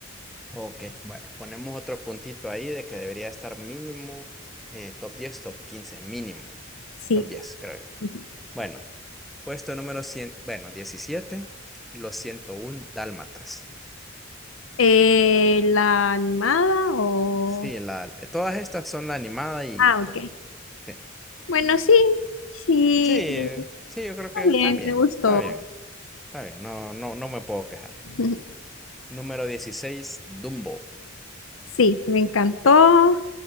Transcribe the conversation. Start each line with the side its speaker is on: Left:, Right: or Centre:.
Centre: Ok, bueno, ponemos otro puntito ahí de que debería estar mínimo eh, top 10, top 15, mínimo.
Left: Sí.
Centre: Top 10, creo yo.
Left: Ujú.
Centre: Bueno, puesto número cien, bueno, 17, los ciento uno dálmatas.
Left: Eh, ¿la animada o...?
Centre: Sí, la, todas estas son la animada y
Left: Ah,
Centre: pues,
Left: ok.
Centre: sí.
Left: Bueno, sí, sí,
Centre: Sí, sí, yo creo
Left: está
Centre: que está
Left: bien,
Centre: bien,
Left: me gustó.
Centre: está bien, está bien. No, no, no me puedo quejar.
Left: <laughs>
Centre: Número dieciséis Dumbo.
Left: Sí, me encantó.